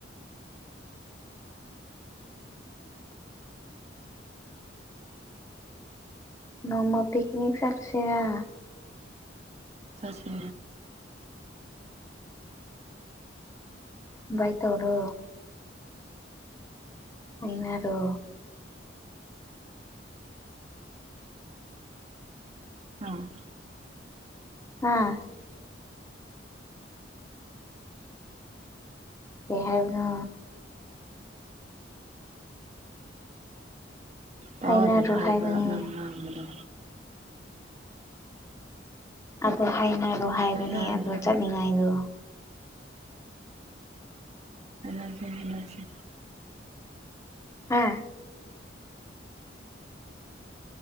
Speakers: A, on the left (about 15°); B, on the right (about 35°).
A: ꯅꯣꯡꯃ ꯄꯤꯛꯅꯤꯛ ꯆꯠꯁꯤꯔꯥ
B: ꯆꯠꯁꯦ
A: ꯕꯥꯏ ꯇꯣꯔꯣ ꯍꯥꯏꯅꯔꯣ
B: ꯑꯥ
A: ꯍꯥꯥ ꯀꯩ ꯍꯥꯏꯕꯅꯣ
B: ꯇꯥꯗꯦ
A: ꯍꯥꯏꯅꯔꯣ
B: ꯍꯥꯏꯕ
A: ꯍꯥꯏꯕꯅꯦ
B: ꯅꯪ ꯉꯥꯡꯕꯗ
A: ꯑꯗꯨ ꯍꯥꯏꯅꯔꯣ ꯍꯥꯏꯕꯅꯦ
B: ꯍꯥꯏꯅꯔꯗꯤ
A: ꯑꯗꯨ
B: ꯂꯣꯏ
A: ꯆꯠꯅꯤꯡꯉꯥꯏꯗꯣ
B: ꯍꯥꯏꯅꯁꯤ ꯍꯥꯏꯅꯁꯤ
A: ꯍꯥꯥ